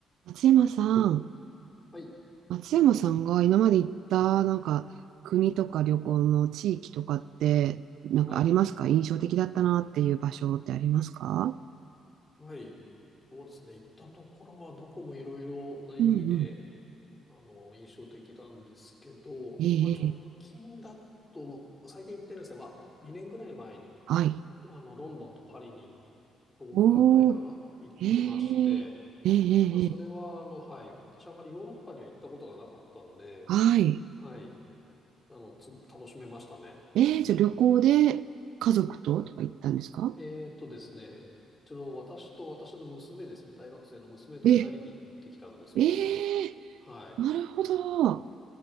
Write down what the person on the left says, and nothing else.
はい。
はい。はい。そうですね。行ったところはどこもいろいろな意味で、
あの、印象的なんですけど、
まあ、直近だと、
もう最近行ってないですけど、まあ、2年ぐらい前に、
あの、ロンドンとパリに10日ぐらいかな、
行ってまして、
まあ、それは、あの、はい。私はあまりヨーロッパには行ったことがなかったので、
はい。あの、すごく楽しめましたね。
えーとですね、ちょうど私と私の娘ですね、大学生の娘と二人で行ってきたんですけど、
はい。